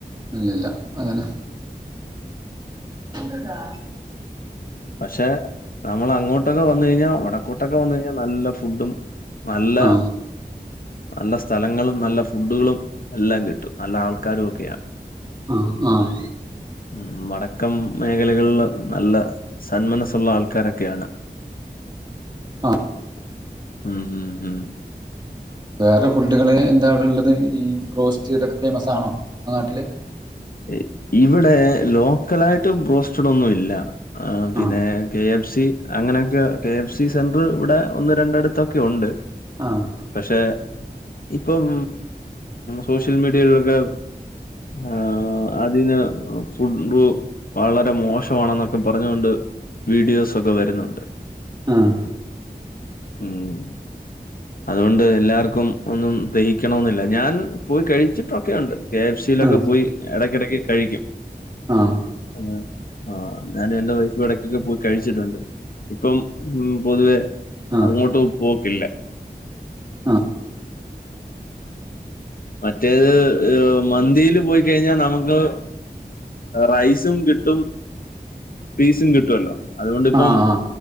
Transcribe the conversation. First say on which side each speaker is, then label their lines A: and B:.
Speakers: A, on the right; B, on the left.
A: ഇല്ലില്ല അതനെ
B: <inaudible>
A: ഇതുണ്ടാ
B: പക്ഷെ നമ്മള് അങ്ങോട്ടൊക്കെ വന്ന് കഴിഞ്ഞാ വടക്കോട്ടൊക്കെ വന്ന് കഴിഞ്ഞാ നല്ല ഫുഡും നല്ല
A: ആ
B: നല്ല സ്ഥലങ്ങളും നല്ല ഫുഡുകളും എല്ലാം കിട്ടും നല്ല ആൾക്കാരും ഒക്കെയാണ്
A: ആഹ് ആഹ്
B: ഉം വടക്കം മേഖലകളില് നല്ല സന്മനസ്സുള്ള ആൾക്കാരൊക്കെയാണ്
A: ആഹ്
B: ഉം ഉം ഉം
A: വേറെ ഫുഡ്കൾ എന്താണവ്ടെള്ളത് ഈ ബ്രോസ്റ്റ് ഇതൊക്കെ ഫേമസ് ആണോ ങ്ങളെ നാട്ടില്
B: ഇ ഇവിടെ ലോക്കലായിട്ട് ബോസ്റ്റഡ് ഒന്നുംല്ല ആഹ് പിന്നെ
A: ആ
B: കെ എഫ് സി അങ്ങനെയൊക്കെ കെ എഫ് സി സെന്റർ ഇവിടെ ഒന്ന് രണ്ടെട്ത്തൊക്കെ ഉണ്ട്
A: അഹ്
B: പക്ഷെ ഇപ്പം സോഷ്യൽ മീഡിയയിലൊക്കെ ആഹ് ആഹ് അതിന് ഫുഡ് വളരെ മോശമാണെന്നൊക്കെ പറഞ്ഞുകൊണ്ട് വീഡിയോസൊക്കെ വരുന്നുണ്ട്
A: ആഹ്
B: ഉം അതുകൊണ്ട് എല്ലാർക്കും ഒന്നും ദഹിക്കണോന്നില്ല ഞാൻ പോയി കഴിച്ചിട്ടൊക്കെയുണ്ട് കെ എഫ് സിയിലൊക്കെ
A: ആ ആ
B: പോയി എടക്കെടക്ക് കഴിക്കും
A: ആഹ്
B: ആഹ് ആഹ് ഞാനും എന്റെ വൈഫും എടക്കൊക്കെ പോയി കഴിച്ചിട്ടുണ്ട് ഇപ്പം ഉം പൊതുവെ
A: ആ
B: അങ്ങോട്ട് പോക്കില്ല
A: ആഹ്
B: മറ്റേത് മന്തിയില് പോയി കഴിഞ്ഞാ നമ്മക്ക് റൈസും കിട്ടും പീസും കിട്ടുവല്ലോ അതുകൊണ്ടിപ്പം
A: ആ ആ